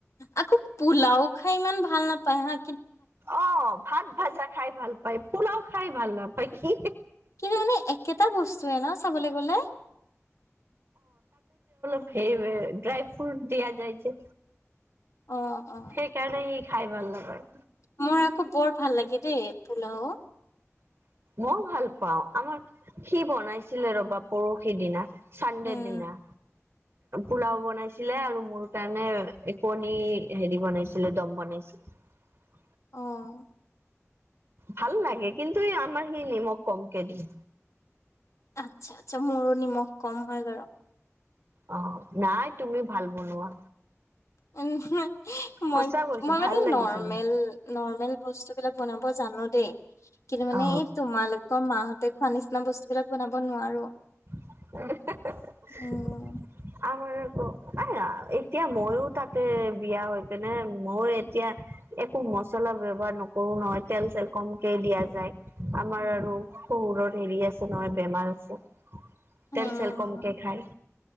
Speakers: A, on the left; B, on the right.
A: আকৌ পোলাও খাই ইমান ভাল নাপায় হাঁ
B: অ ভাত ভাজা খাই ভাল পায় পোলাও খাই ভাল নাপায় কি
A: কিন্তু মানে একেটা বস্তুৱে ন চাবলে গলে
B: সেই ড্ৰাই ফ্ৰুট দিয়া যাই যে
A: অ অ
B: সেইকাৰণে ই খাই ভাল নাপায়
A: মোৰ আকৌ বৰ ভাল লাগে দেই পুলাও
B: মই ভাল পাও আমাৰ সি বনাইছিলে ৰবা পৰহি দিনা চাণ্ডে
A: উম
B: দিনা পোলাও বনাইছিলে আৰু মোৰ কাৰণে এক কণী হেৰি বনাইছিলে দম বনাইছিল হয়
A: অহ
B: ভাল লাগে কিন্তু এই আমাৰ সেই নিমখ কমকে দিয়ে
A: আচ্ছা আচ্ছা মোৰো নিমখ কম হয় বাৰু
B: অ নাই তুমি ভাল বনোৱা
A: মই মই
B: সঁচা কৈছো
A: মানে
B: ভাল লাগিছে
A: নৰ্মেল
B: মোৰ
A: নৰ্মেল বস্তু বিলাক বনাব জানো দেই কিন্তু মানে
B: অ
A: এই তোমালোকৰ মা হতে খোৱা নিচিনা বস্তু বিলাক বনাব নোৱাৰো
B: উ <unintelligible>
A: উম
B: আমাৰ আকৌ এতিয়া মইও তাতে বিয়া হৈ কেনে মই এতিয়া একো মচলা ব্যৱহাৰ নকৰো নহয় তেল চেল কমকে দিয়া যায় আমাৰ
A: উম।
B: আৰু শহুৰৰ হেৰি আছে নহয় বেমাৰ আছে
A: অ',
B: তেল চেল কমকে খায়